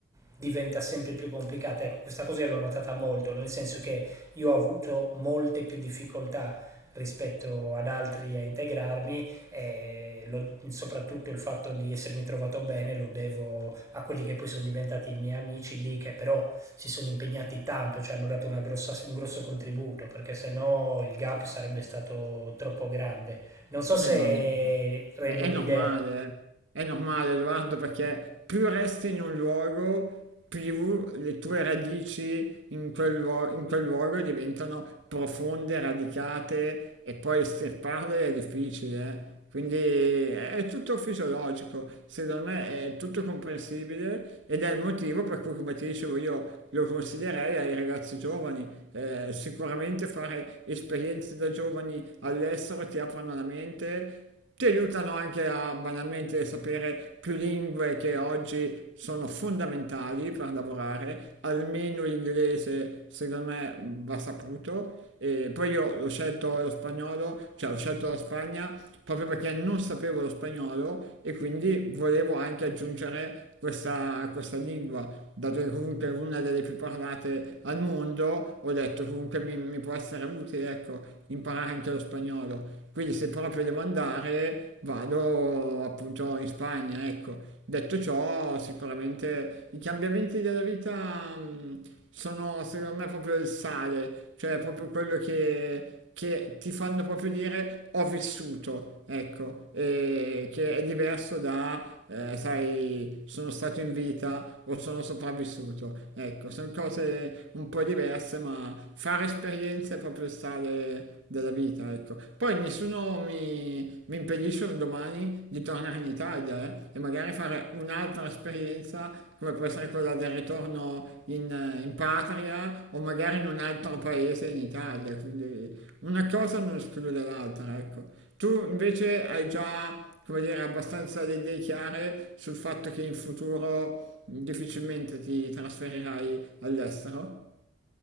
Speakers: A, on the right; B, on the right.
A: diventa sempre più complicata. Ecco, questa cosa io l'ho notata molto, nel senso che io ho avuto molte più difficoltà rispetto ad altri a integrarmi e lo- soprattutto il fatto di essermi trovato bene lo devo a quelli che poi sono diventati i miei amici lì che però si sono impegnati tanto, ci hanno dato una grossa- un grosso contributo perché se no il gap sarebbe stato troppo grande. Non so se
B: Eh, ma
A: rendo
B: è, è
A: l'idea.
B: normale, eh. È normale, Edoardo, perché più resti in un luogo, più le tue radici in quel, luo- in quel luogo diventano profonde, radicate e poi estirparle è difficile, eh. Quindi è tutto fisiologico, secondo me è tutto comprensibile ed è il motivo per cui, come ti dicevo, io lo consiglierei ai ragazzi giovani. Eh, sicuramente fare esperienze da giovani all'estero ti aprono la mente, ti aiutano anche a banalmente sapere più lingue che oggi sono fondamentali per lavorare, almeno l'inglese secondo me va saputo. E poi io l'ho scelto lo spagnolo, cioè ho scelto la Spagna proprio perché non sapevo lo spagnolo e quindi volevo anche aggiungere questa, questa lingua, dato che comunque è una delle più parlate al mondo, ho detto comunque mi, mi può essere utile, ecco, imparare anche lo spagnolo. Quindi se proprio devo andare, vado appunto in Spagna, ecco. Detto ciò, sicuramente i cambiamenti della vita mh, sono secondo me proprio il sale, cioè proprio quello che che ti fanno proprio dire ho vissuto, ecco, e che è diverso da, eh, sai, sono stato in vita o sono sopravvissuto. Ecco, sono cose un po' diverse, ma fare esperienze è proprio il sale della vita, ecco. Poi nessuno mi, mi impedisce un domani di tornare in Italia, eh e magari fare un'altra esperienza come può essere quella del ritorno in, eh, in patria o magari in un altro paese in Italia, quindi una cosa non esclude l'altra, ecco. Tu invece hai già, come dire, abbastanza le idee chiare sul fatto che in futuro difficilmente ti trasferirai all'estero?